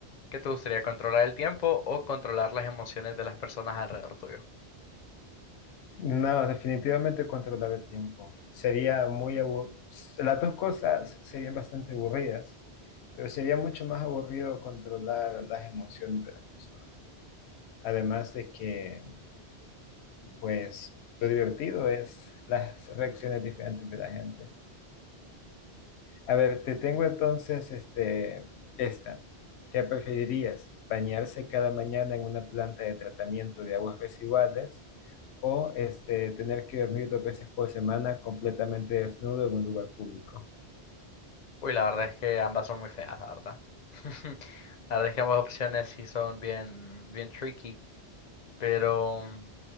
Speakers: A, on the left (about 55°); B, on the left (about 75°).
A: ¿Qué te gustaría, controlar el tiempo o controlar las emociones de las personas alrededor tuyo?
B: No, definitivamente controlar el tiempo. Sería muy aburrido. Las dos cosas serían bastante aburridas, pero sería mucho más aburrido controlar las emociones de las personas. Además de que, pues, lo divertido es las reacciones diferentes de la gente. A ver, te tengo entonces este, esta. ¿Qué preferirías? ¿Bañarse cada mañana en una planta de tratamiento de aguas residuales o este, tener que dormir dos veces por semana completamente desnudo en un lugar público? <laughs>
A: Uy, la verdad es que ambas son muy feas, la verdad. <laughs> La verdad es que ambas opciones sí son bien, bien tricky. pero mm,